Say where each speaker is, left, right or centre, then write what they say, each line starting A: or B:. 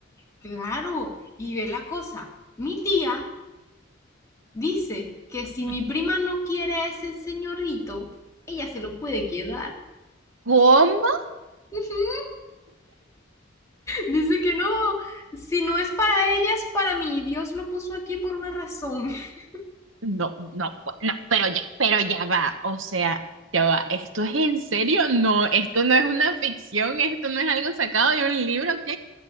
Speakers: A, on the left (about 15°); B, on the right (about 75°).
A: Claro, y ve la cosa, mi tía dice que si mi
B: Ujú.
A: prima no quiere a ese señorito, ella se lo puede quedar.
B: ¿Cómo?
A: <laughs> Dice que no, si no es para ella, es para mí. Dios lo puso aquí por una razón. <laughs>
B: No, no, pu- no, pero ya, pero ya va. O sea, ya va. ¿Esto es en serio? No, esto no es una ficción, esto no es algo sacado de un libro, ¿ok?